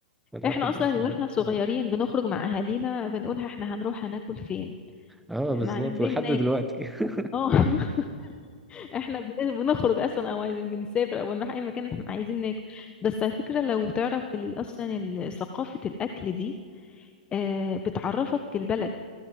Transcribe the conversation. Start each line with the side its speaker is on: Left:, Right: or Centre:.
Centre: الواحد
Left: احنا اصلا
Centre: يشوف
Left: واحنا صغيرين بنخرج مع اهالينا بنقولها احنا هنروح هناكل فين
Centre: اه
Left: احنا
Centre: بالظبط
Left: عايزين
Centre: ولحد
Left: ناكل
Centre: دلوقتي <laughs>
Left: اه <laughs> احنا بن- بنخرج اصلا او عايزين بنسافر او بنروح اي مكان احنا عايزين ناكل بس على فكره لو تعرف ال- اصلا ال- ثقافه الاكل دي آه، بتعرفك البلد